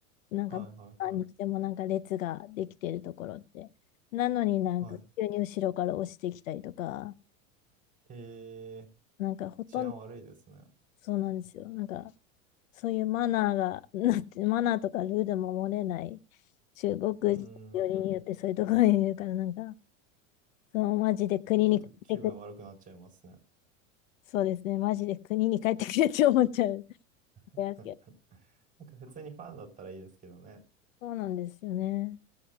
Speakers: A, on the left; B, on the right.
A: なんか、
B: はいはいはい。
A: 何にしてもなんか列ができてるところって。なのになんか急に後ろから押してきたりとか、
B: はい。ええ、
A: なんかほとんど
B: 治安悪いですね。
A: そうなんですよ。なんかそういうマナーが、なって、マナーとかルールも守れない中国人よりによってそういうところにいるから、
B: うーん、
A: なんか、そのマジで国に帰ってくれ、
B: ちょっと気分悪くなっちゃいますね。
A: そうですね、マジで国に帰ってくれって思っちゃう。
B: うん
A: いや
B: なんか普通にファンだったらいいですけどね。
A: そうなんですよね。